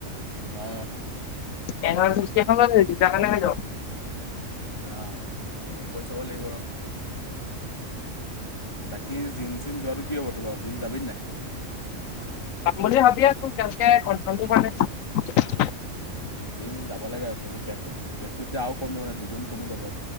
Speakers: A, on the left; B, on the left.
A: আ?
B: এণ ওৱান চিক্টি এখন লৈ লবি দুটা কাৰণে হৈ যাব।
A: আহ মোক কৈ চাব লাগিব আৰু। বাকী জিম চিম যোৱাতটো কি হ'ব তোৰ জিম যাবি নাই।
B: পাম বুলি ভাবি আছো তেনেকে কনফাৰ্মটো হোৱা নাই।
A: জিম যাব লাগে আকৌ পেটটো পেটটো এতিয়া আৰু কমিব নে দুগুণ কমি যাব